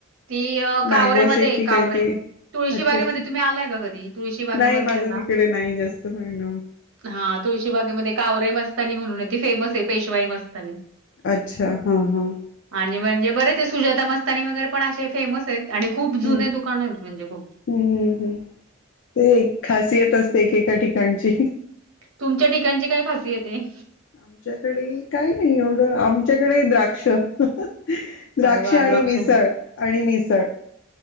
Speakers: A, on the right; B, on the left.
A: ती अ कावरेमध्ये
B: मँगो शेक की
A: कावरे
B: काहीतरी
A: तुळशी
B: अच्छा
A: बागेमध्ये
B: अच्छा
A: तुम्ही आलाय का कधी? तुळशी बागेमध्ये
B: नाही माझं
A: ना
B: तिकडे नाही जास्त मिळणं
A: हा तुळशी बागेमध्ये कावरे मस्तानी म्हण ते फेमस आहे पेशवाई मस्तानी
B: अच्छा हा हा
A: आणि म्हणजे बरेच ते सुजाता मस्त तनी वगैरे पण असे फेमस आहेत. आणि खूप जुने
B: हम्म
A: दुकान आहेत म्हणजे खूप
B: हम्म हम्म हम्म ते एक खासियत असते एकेका ठिकाणची
A: तुमच्या ठिकाणची काय खासियत आहे.
B: आमच्याकडे काही नाही एवढं आमच्याकडे द्राक्ष द्राक्ष
A: अरे वाह!
B: आणि
A: द्राक्ष
B: मिसळ आणि मिसळ